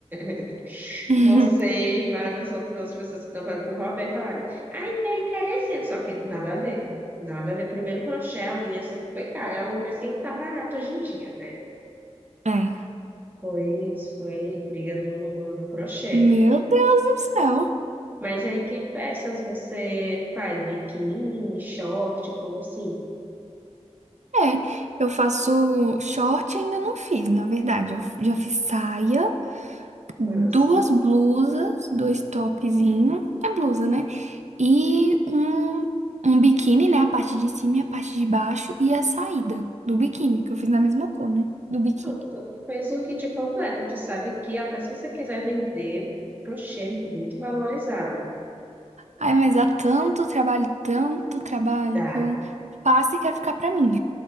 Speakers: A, on the right; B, on the right.
A: <laughs>
B: <laughs>
A: Você e várias outras pessoas que estão fazendo por hobby, aí falaram, ai, tá encarecendo, só que nada a ver. Nada a ver. Primeiro crochê, a linha sempre foi cara, mas quem que tá barato hoje em dia, né?
B: É.
A: Pois foi briga no no mundo do crochê.
B: Meu Deus do céu.
A: Mas aí que peças você faz? Biquíni, short, como assim?
B: É, eu faço short, ainda não fiz, na verdade. Eu já fiz saia, duas
A: Massa.
B: blusas, dois topzinho, é blusa, né? E um, um biquíni, né? A parte de cima e a parte de baixo, e a saída do biquíni, que eu fiz na mesma cor, né? Do biquíni.
A: Pronto, fez um kit completo. Tu sabe que até se você quiser vender, crochê é muito valorizado.
B: Ai, mas há tanto trabalho, tanto trabalho
A: Dá.
B: que eu faço e quero ficar pra mim.